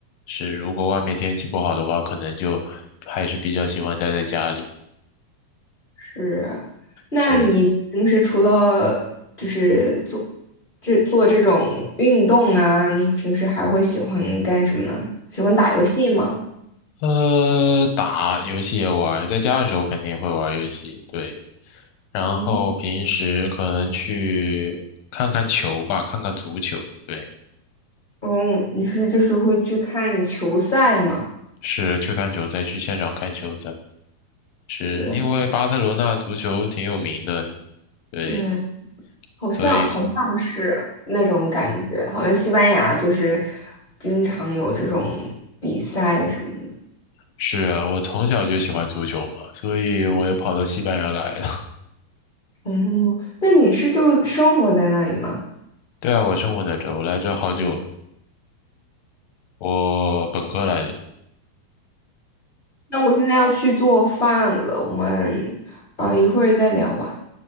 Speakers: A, on the left; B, on the left.
A: 是，如果外面天气不好的话，可能就还是比较喜欢待在家里。
B: 是，那你平时除了就是做
A: 是。
B: 这做这种运动啊，你平时还会喜欢干什么呢？喜欢打游戏吗？
A: 呃，打游戏也玩儿在家的时候肯定会玩儿游戏，对。然后平时可能去看看球吧，
B: 嗯，
A: 看看足球，对，
B: 哦，你是就是会去看球赛吗？
A: 是去看球赛，去现场看球赛，是因为巴塞罗那足球挺有名的，
B: 对啊
A: 对，
B: 对。好像好像是那种感觉，
A: 所以
B: 好像西班牙就是经常有这种比赛什么的。
A: 是啊，我从小就喜欢足球嘛，所以我也跑到西班牙来了。
B: 嗯，那你是就生活在那里吗？
A: <laughs> 对啊，我生活在这儿我来这儿好久了，我本科来的。
B: 那我现在要去做饭了，我们啊、一会儿再聊吧，